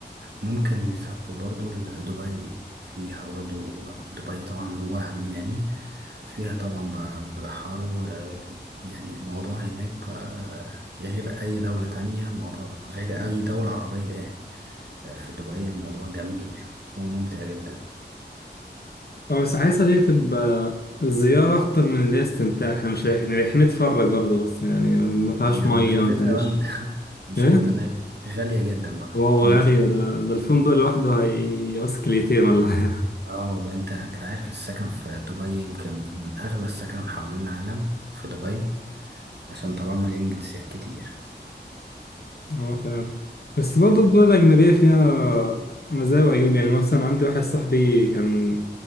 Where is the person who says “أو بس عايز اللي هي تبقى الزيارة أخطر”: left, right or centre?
Left